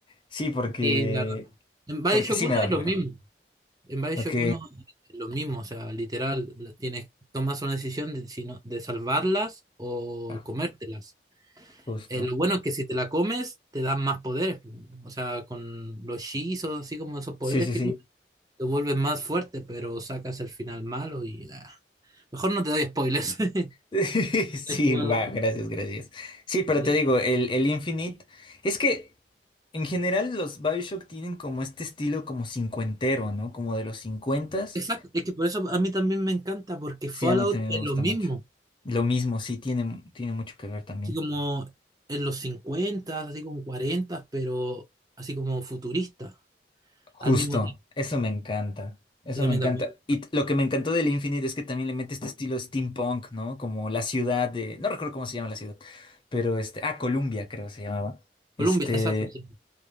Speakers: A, on the left (about 30°); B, on the right (about 20°).
A: Sí, porque,
B: sí, la verdad. En BioShock
A: porque sí
B: uno
A: me da
B: es
A: flojera.
B: lo mismo. En BioShock
A: Ok,
B: uno es lo mismo. O sea, literal, la- tienes, tomas una decisión de, si no- de salvarlas o
A: ah,
B: comértelas.
A: justo.
B: Eh, lo bueno es que si te la comes, te dan más poderes. O sea, con los hechizos, así como esos poderes
A: Sí, sí,
B: que
A: sí.
B: tienes. te vuelves más fuerte, pero sacas el final malo y ah, Mejor no te doy spoilers. <laughs>
A: <laughs> Sí,
B: He jugado,
A: va, gracias, gracias. Sí, pero
B: sí.
A: te digo, el, el Infinite, es que en general los BioShock tienen como este estilo como cincuentero, ¿no? Como de los cincuentas.
B: Exacto, es que por eso a mí también me encanta, porque
A: Sí,
B: Fallout
A: a mí también
B: es
A: me gusta
B: lo mismo.
A: mucho. Lo mismo, sí, tiene, tiene mucho que ver también.
B: Así como en los 50, así como 40, pero así como futurista, al
A: Justo,
B: mismo tiempo.
A: eso me encanta, eso
B: Sí, a
A: me
B: mí
A: encanta.
B: también.
A: Y t- lo que me encantó del Infinite es que también le mete este estilo steampunk, ¿no? Como la ciudad de, no recuerdo cómo se llama la ciudad, pero este, ah, Columbia creo se llamaba.
B: Colombia,
A: Este...
B: exacto, sí.